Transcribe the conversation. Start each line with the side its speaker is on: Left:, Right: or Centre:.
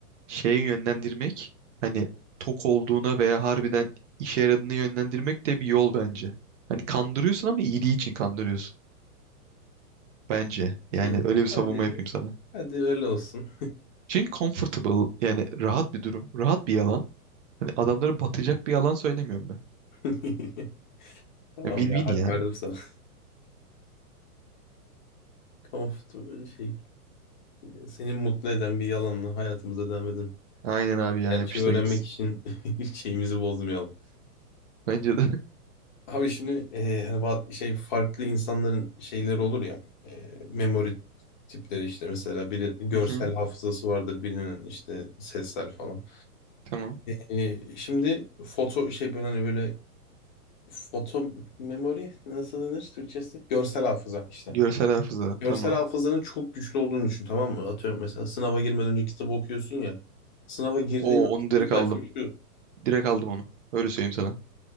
Right: şeye yönlendirmek hani tok olduğuna veya harbiden işe yaradığını yönlendirmek de bir yol bence. Hani kandırıyorsun ama iyiliği için kandırıyorsun bence.
Left: <laughs>
Right: Yani
Left: ki.
Right: öyle bir savunma
Left: Hadi,
Right: yapayım sana.
Left: hadi öyle olsun.
Right: Çünkü comfortable yani rahat bir durum. Rahat bir yalan. Hani adamları batacak bir yalan söylemiyorum ben.
Left: <laughs> Tamam
Right: Win-win
Left: ya hak
Right: ya.
Left: verdim sana. Comfortable şey e, seni mutlu eden bir yalanla hayatımıza devam edelim.
Right: Aynen abi ya
Left: Gerçeği
Right: yapıştır
Left: öğrenmek
Right: gitsin.
Left: için <laughs> şeyimizi bozmayalım.
Right: Bence de. <laughs>
Left: Abi şimdi e, hani ba- şey farklı insanların şeyleri olur ya e, memory tipleri işte mesela biri görsel
Right: Hı hı,
Left: hafızası vardır birinin işte sessel falan.
Right: Tamam.
Left: E, e, şimdi foto şey ben hani böyle foto memory nasıl denir Türkçesi? Görsel hafıza işte.
Right: Görsel hafıza.
Left: Görsel
Right: Tamam.
Left: hafızanın çok güçlü olduğunu düşün tamam mı? Atıyorum mesela sınava girmeden önce kitabı okuyorsun ya. Sınava girdiğin
Right: O
Left: an
Right: onu direkt
Left: şu sayfa
Right: aldım.
Left: şu.
Right: Direkt aldım onu. Öyle söyleyeyim sana.